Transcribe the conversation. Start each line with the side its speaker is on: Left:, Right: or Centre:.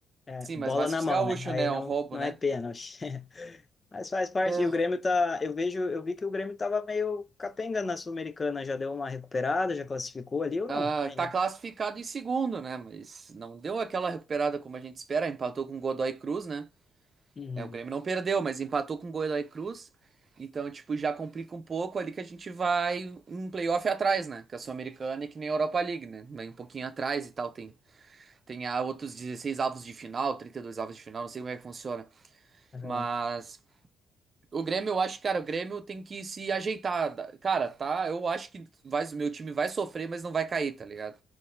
Left: é,
Right: Sim,
Left: bola
Right: mas mais
Left: na
Right: pros
Left: mão,
Right: gaúchos,
Left: né? Aí
Right: né? É
Left: não,
Right: um roubo,
Left: não
Right: né?
Left: é pênalti. <laughs> Mas faz parte,
Right: É,
Left: e o Grêmio tá. Eu vejo, eu vi que o Grêmio tava meio capenga na Sul-Americana, já deu uma recuperada, já classificou ali ou não?
Right: Ah,
Left: Ainda.
Right: tá classificado em segundo, né? Mas não deu aquela recuperada como a gente espera. Empatou com o Godoy Cruz, né?
Left: Uhum.
Right: É, o Grêmio não perdeu, mas empatou com o Godoy Cruz. Então, tipo, já complica um pouco ali que a gente vai um playoff atrás, né? Que a Sul-Americana é que nem a Europa League, né? Vem um pouquinho atrás e tal. Tem, tem ah, outros 16 avos de final, 32 avos de final, não sei como é que funciona.
Left: Aham.
Right: Mas o Grêmio, eu acho, cara, o Grêmio tem que se ajeitar. Cara, tá? Eu acho que vai, o meu time vai sofrer, mas não vai cair, tá ligado?